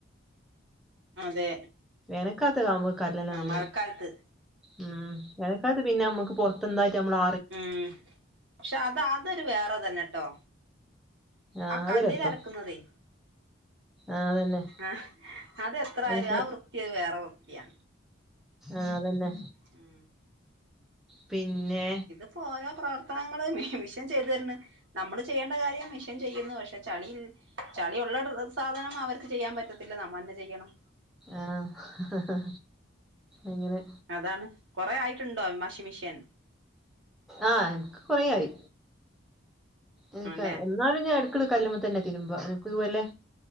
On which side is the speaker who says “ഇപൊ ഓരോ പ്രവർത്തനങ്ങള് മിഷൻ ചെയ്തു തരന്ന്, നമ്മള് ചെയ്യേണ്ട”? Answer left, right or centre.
Right